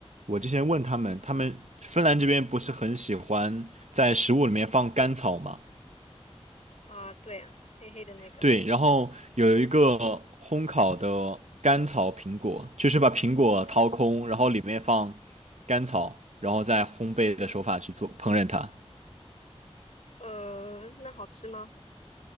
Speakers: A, on the right; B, on the left.
A: 我之前问他们，他们芬兰这边不是很喜欢在食物里面放甘草吗？
B: 啊，对啊，黑黑的那个，
A: 对，然后有一个烘烤的甘草苹果，就是把苹果掏空，然后里面放甘草，然后再烘焙的手法去做烹饪它。
B: 呃，那好吃吗？